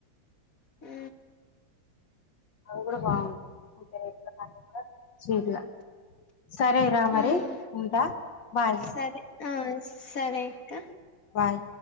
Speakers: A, on the left (about 45°); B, on the left (about 65°).
A: ఉ
B: అవి కూడా బాగుంటది <unintelligible> గా సరే రామరి
A: ఉమ్
B: ఉంటా బాయ్
A: సరే ఆ సరే అక్క
B: బాయ్